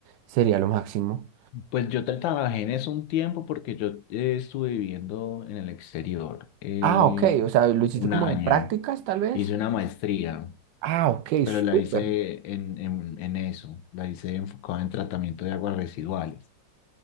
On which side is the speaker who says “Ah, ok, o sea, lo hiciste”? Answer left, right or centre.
Right